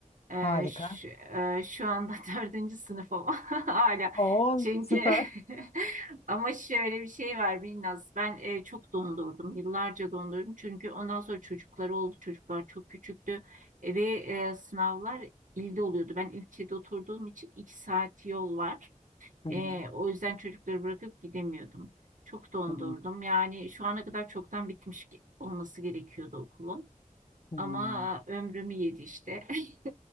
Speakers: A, on the right; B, on the left.
A: Ee,
B: Harika.
A: şu, e, şu anda <laughs> dördüncü sınıf ama <laughs> hala.
B: Oo
A: Çünkü
B: süper.
A: <laughs> ama şöyle bir şey var Binnaz. Ben e, çok dondurdum. Yıllarca dondurdum. Çünkü ondan sonra çocukları oldu. Çocuklar çok küçüktü. E, ve e, sınavlar ilde oluyordu. Ben ilçede oturduğum için iki saat yol var.
B: Hı
A: E,
B: hı.
A: o yüzden çocukları bırakıp gidemiyordum. Çok dondurdum.
B: Hı
A: Yani şu ana kadar çoktan bitmiş olması gerekiyordu okulun.
B: hı.
A: Ama ömrümü yedi işte. <laughs>